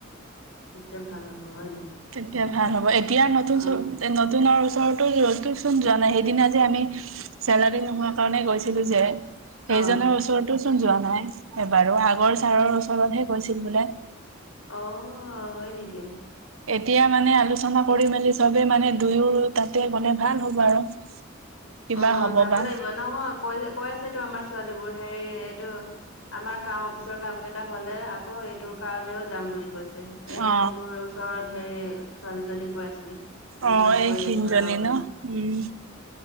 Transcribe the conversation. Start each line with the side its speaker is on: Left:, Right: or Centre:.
Left: তেতিয়া ভাল হ'ব হয় নাই।
Right: তেতিয়া ভাল হ'ব এতিয়া নতুন
Left: অ
Right: নতুনৰ ওচৰতোচোন যোৱা নাই সেইদিনা যে আমি চেলাৰী নোহোৱা কাৰণে গৈছিলো যে। সেইজনৰ
Left: অ
Right: ওচৰতো চোন যোৱা নাই এবাৰো আগৰ ছাৰৰ ওচৰতহে গৈছিল বোলে।
Left: অ', হয় নেকি?
Right: এতিয়া মানে আলোচনা কৰি মেলি চবে মানে দুয়োৰ তাতে গ'লে ভাল হ'ব আৰু। কিবা
Left: অ',
Right: হ'ব
Left: যাব
Right: বা
Left: লাগিব নহয় কৈ-কৈ আছেতো আমাৰ ছোৱালীবোৰ হেৰি এইটো আমাৰ কাম অফিচৰ কাম কেইটা হ'লে আকৌ এইটোৰ কাৰণেও যাম বুলি কৈছে। এয়া
Right: অ
Left: মোৰ ওচৰত হেৰি ছোৱালীজনী কৈ আছিলে। ডিচকাচ
Right: অ', এই
Left: কৰি
Right: ক্ষীণ
Left: আছো
Right: জনী
Left: ৰ বুলি
Right: ন উম।